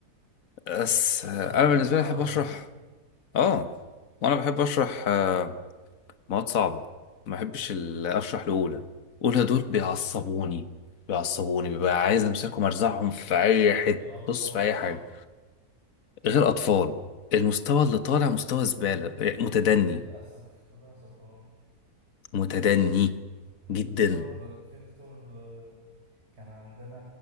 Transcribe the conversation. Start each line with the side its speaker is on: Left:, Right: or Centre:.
Left: بس آه،
Right: هو كله
Left: انا بالنسبة
Right: تعود
Left: لي بحب اشرح
Right: عموما
Left: اه وانا بحب اشرح آه، مواد صعبة ما بحبش ال- اشرح لأولى أولى دول بيعصبوني بيعصبوني ببقى عايز امسكهم ارزعهم في اي حتة
Right: الأطفال
Left: بص في اي
Right: صح؟
Left: حاجة غير اطفال المستوى اللي طالع مستوى زبالة آه، متدني
Right: للأسف للأسف اه
Left: متدني
Right: الدكتور
Left: جدا
Right: في دكتور آه، كان عندنا